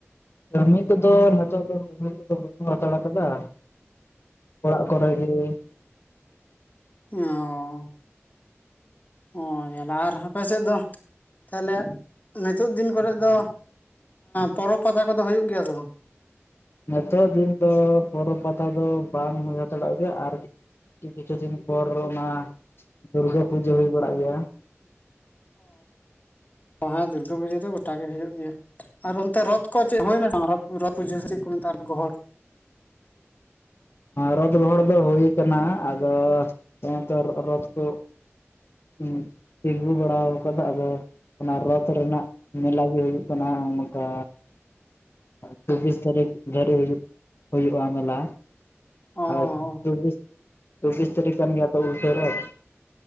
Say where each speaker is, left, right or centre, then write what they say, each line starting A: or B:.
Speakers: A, on the left; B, on the left.
A: ᱠᱟᱹᱢᱤ ᱠᱚᱫᱚ ᱱᱤᱛᱚᱜ ᱫᱚ ᱠᱟᱹᱢᱤ ᱠᱚᱫᱚ ᱵᱟᱱᱩᱜ ᱦᱟᱛᱟᱲ ᱟᱠᱟᱫᱟ ᱾ ᱚᱲᱟᱜ ᱠᱚᱨᱮ ᱜᱮ ᱾
B: ᱚᱸ᱾ <unintelligible> ᱟᱨ ᱦᱟᱯᱮ ᱥᱮᱫ ᱫᱚ ᱛᱟᱦᱚᱞᱮ ᱱᱤᱛᱚᱜ ᱫᱤᱱ ᱠᱚᱨᱮ ᱫᱚ ᱯᱚᱨᱚᱵᱽ ᱯᱟᱛᱟ ᱠᱚᱫᱚ ᱦᱩᱭᱩᱜ ᱜᱮᱭᱟ ᱥᱮ ᱵᱟᱝ?
A: ᱱᱤᱛᱚᱜ ᱫᱤᱱ ᱫᱚ ᱯᱚᱨᱚᱵᱽ ᱯᱟᱛᱟ ᱫᱚ ᱵᱟᱝ ᱦᱩᱭ ᱦᱟᱛᱟᱲᱚᱜ ᱜᱮᱭᱟ᱾ ᱟᱨ ᱠᱤᱪᱷᱩ ᱫᱤᱱ ᱯᱚᱨ ᱚᱱᱟ ᱫᱩᱨᱜᱟᱹ ᱯᱩᱡᱟᱹ ᱦᱩᱭ ᱵᱟᱲᱟᱜ ᱜᱮᱭᱟ᱾
B: ᱚ ᱦᱮᱸ᱾ ᱫᱩᱨᱜᱟᱹ ᱯᱩᱡᱟᱹ ᱫᱚ ᱜᱚᱴᱟ ᱜᱮ ᱦᱩᱭᱩᱜ ᱜᱮᱭᱟ᱾ ᱟᱨ ᱚᱱᱛᱮ ᱨᱚᱛᱷᱻ ᱠᱚ ᱪᱮᱫ ᱦᱩᱭᱱᱟ ᱥᱮ ᱵᱟᱝ ᱨᱚᱛᱷ ᱯᱩᱤᱥᱟᱹ ᱥᱮ ᱪᱮᱫ ᱠᱚ ᱢᱮᱛᱟᱜ ᱜᱚᱦᱚᱲ
A: ᱨᱚᱛ ᱜᱚᱦᱚᱲ ᱫᱚ ᱦᱩᱭ ᱟᱠᱟᱱᱟ ᱟᱫᱚ ᱨᱚᱛ ᱠᱚ ᱦᱮᱸ ᱛᱤᱸᱜᱩ ᱵᱟᱲᱟ ᱠᱟᱫᱟ ᱟᱫᱚ, ᱚᱱᱟ ᱨᱚᱛ ᱨᱮᱱᱟᱜ ᱢᱮᱞᱟ ᱜᱮ ᱦᱩᱭᱩᱜ ᱠᱟᱱᱟ ᱚᱱᱠᱟ᱾ ᱪᱚᱵᱵᱤᱥ ᱛᱟᱨᱤᱠᱷ ᱫᱷᱟᱨᱤᱡ ᱦᱩᱭᱩᱜ ᱦᱩᱭᱩᱜᱼᱟ ᱢᱮᱞᱟ ᱾
B: ᱚ
A: ᱟᱫᱚ ᱪᱚᱵᱵᱤᱥ ᱯᱚᱪᱤᱥ ᱛᱟᱹᱨᱤᱠᱷ ᱠᱟᱱ ᱜᱮᱭᱟ ᱛᱚ ᱩᱞᱴᱟᱹ ᱨᱚᱛᱷ ᱾